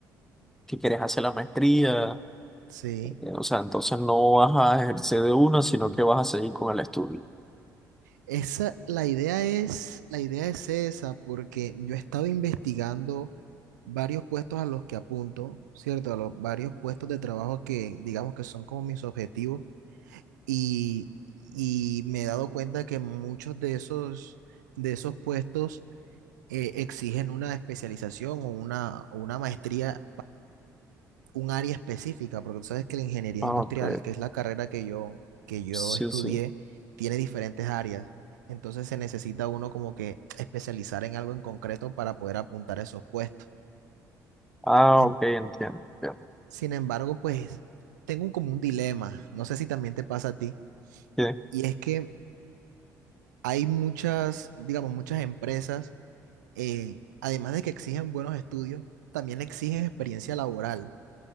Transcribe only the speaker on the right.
Sí.
Esa, la idea es, la idea es esa, porque yo he estado investigando varios puestos a los que apunto, ¿cierto? A los varios puestos de trabajo que digamos que son como mis objetivos y, y me he dado cuenta que muchos de esos, de esos puestos eh, exigen una especialización o una, o una maestría un área específica, porque tú sabes que la ingeniería
industrial,
que es la carrera que yo, que yo
estudié,
tiene diferentes áreas. Entonces se necesita uno como que especializar en algo en concreto para poder apuntar a esos puestos.
En-
sin embargo, pues tengo un- como un dilema, no sé si también te pasa a ti,
y es que hay muchas, digamos, muchas empresas, eh, además de que exigen buenos estudios, también exigen experiencia laboral.